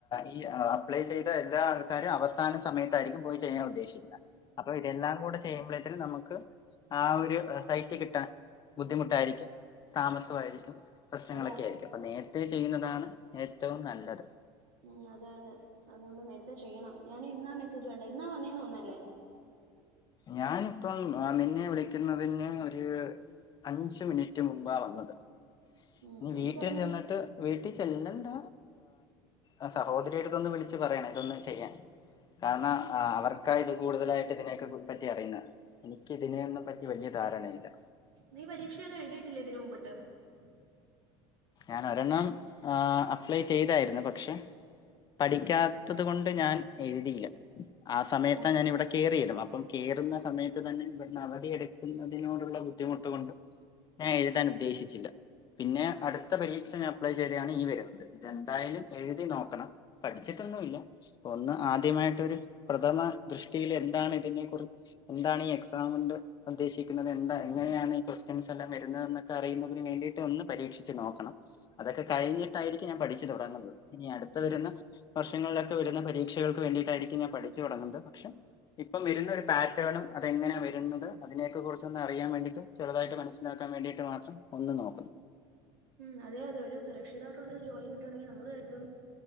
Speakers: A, on the left; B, on the right.
A: ഈ അപ്ലൈ ചെയ് എല്ലാ ആൾക്കാരും അവസാന സമയത്തായിരിക്കും പോയി ചെയ്യാൻ ഉദ്ദേശിക്കുന്നത് അപ്പൊ ഇതെല്ലാം കൂടെ ചെയ്യുമ്പോഴത്തും നമുക്ക് ആ ഒരു സൈറ്റ് കിട്ടാൻ ബുദ്ധിമുട്ടായിരിക്കും താമസമായിരിക്കും പ്രശ്നങ്ങളൊക്കെ
B: അതാ
A: ആയിരിക്കും അപ്പൊ നേരത്തെ ചെയ്യുന്നതാണ് ഏറ്റവും നല്ലത്
B: ഉം അതെ അതെ അതുകൊണ്ട് നേരത്തെ ചെയ്യണം ഞാനും ഇന്നാ മെസ്സേജ് കണ്ട ഇന്നാ വന്നേന്ന് തോന്നല്ലേ
A: ഞാനിപ്പം നിന്നെ വിളിക്കുന്നതിന് ഒരു അഞ്ച മിനിറ്റ് മുമ്പാ വന്നത്
B: ഉം
A: ഇനി വീട്ടിൽ
B: എനിക്കതിന്
A: ചെന്നിട്ട് വീട്ടിൽ ചെല്ലേണ്ട ആ സഹോദരി അടുത്തൊന്ന് വിളിച്ച് പറയണം ഇതൊന്ന് ചെയ്യാൻ കാരണം അവർക്ക് ഇത് കൂടുതലായിട്ട് ഇതിനെയൊക്കെ കു പറ്റി അറിയുന്ന എനിക്ക് ഇതിനെയോന്നും പറ്റി വലിയ ധാരണയില്ല
B: നീ പരീക്ഷയൊന്നും എഴുതിയിട്ടില്ലേ <unintelligible>
A: ഞാൻ ഒരെണ്ണം ആ അപ്ലൈ ചെയ്തായിരുന്നു പക്ഷെ പഠിക്കാത്തത് കൊണ്ട് ഞാൻ എഴുതിയില്ല ആ സമയത്താ
B: ഓ
A: ഞാൻ ഇവിടെ കയറിതും അപ്പം കെ കയറുന്ന സമയത്ത് തന്നെ ഇവിടുന്ന് അവധിയ എടുക്കുന്നതിനോടുള്ള ബുദ്ധിമുട്ട് കൊണ്ടും ഞാൻ എഴുതാൻ ഉദ്ദേശിച്ചില്ല പിന്നെ അടു ത്ത പരീക്ഷ ഞൻ അപ്ലൈ ചെയ്തതാണ് ഈ വരുന്നത് ഇതെന്തായാലും എഴുതി നോക്കണം പഠിച്ചിട്ടൊന്നു ഇല്ല ഒന്ന് ആദ്യമായിട്ടൊരു പ്രഥമ ദൃഷ്ടിയിൽ എന്താണ് ഇതിനെകുറി എന്താണ് ഈ എക്സാമ് ഉണ്ട് ഉദ്ദേശിക്കുന്നത് എന്താ എങ്ങനെയാണ് ഈ ക്വസ്റ്റ്യൻസ് എല്ലാം വരുന്നത എന്നൊക്കെ അറിയുന്നതിന് വേണ്ടിയിട്ട് ഒന്ന് പരീക്ഷിച്ച് നോക്കാം <unintelligible> അതൊക്കെ കഴിഞ്ഞിട്ടായിരിക്കും ഞാൻ പഠിച്ചു തുടങ്ങുന്നത് ഇനി അതൊക്കെ കഴിഞ്ഞിട്ടായിരിക്കും ഞാൻ പഠിച്ചു തുടങ്ങുവാ ഇനി അടുത്ത വരുന്ന വർഷങ്ങളിലൊക്കെ വരുന്ന പരീക്ഷകൾക്ക് വേണ്ടി ണ്ടരിക്കും ഞാൻ പഠിച്ചു തുടങ്ങുന്നത് പക്ഷെ ഇപ്പം വരുന്ന ഒരു പാറ്റേണും അതെങ്ങനെ വരുന്നത് അതിലേക്ക് ജസ്റ്റൊന്ന് അറിയാൻ വേണ്ടിട്ടും ചെറുതായിട്ട് മനസ്സിലാക്കാൻ വേണ്ടിട്ടും മാത്രം ഒന്ന് നോക്കും
B: ഉം അതെ അതെ ഒരു സുരക്ഷിതായിട്ടുള്ളൊരു ജോലി കിട്ടണെങ്കിൽ നമ്മള് കരുതും